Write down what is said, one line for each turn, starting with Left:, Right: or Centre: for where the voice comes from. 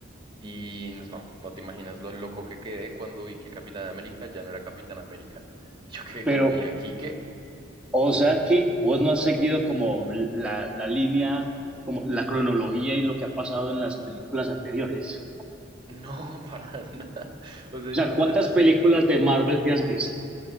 Right: Y no, no, no te imaginas lo loco que quedé cuando vi que Capitán América ya no era Capitán América. <laughs> Yo quedé
Centre: Pero
Right: como, ¿y aquí qué?
Centre: O sea que vos no has seguido como la, la línea, como la cronología y lo que ha pasado en las películas anteriores.
Right: No, <laughs> para nada. O
Centre: O
Right: sea, yo
Centre: sea, ¿cuántas
Right: la, la seguí.
Centre: películas de Marvel te has visto?